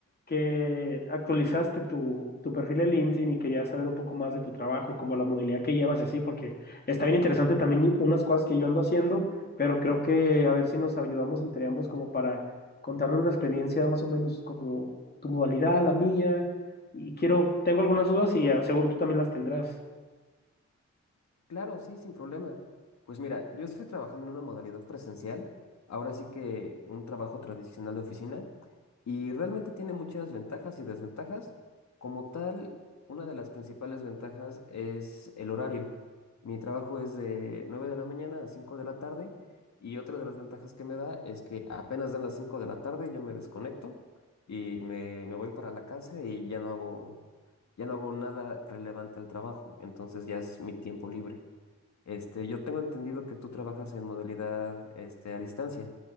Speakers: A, on the left (about 35°); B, on the left (about 70°).
A: que actualizaste tu, tu perfil de LinkedIn y quería saber un poco más de tu trabajo, como la modalidad que llevas y así, porque está bien interesante también unas cosas que yo ando haciendo, pero creo que a ver si nos ayudamos entre ambos como para contarnos la experiencia más o menos como tu modalidad, la mía, y quiero, tengo algunas dudas y ah, seguro tú también las tendrás.
B: Claro, sí, sin problema. Pues mira, yo estoy trabajando en una modalidad presencial, ahora sí que un trabajo tradicional de oficina, y realmente tiene muchas ventajas y desventajas. Como tal, una de las principales ventajas es el horario. Mi trabajo es de 9 de la mañana a 5 de la tarde, y otra de las ventajas que me da es que apenas dan las 5 de la tarde, yo me desconecto y me, me voy para la casa y ya no hago, ya no hago nada relevante al trabajo, entonces ya es mi tiempo libre. Este, yo tengo entendido que tú trabajas en modalidad, este, a distancia.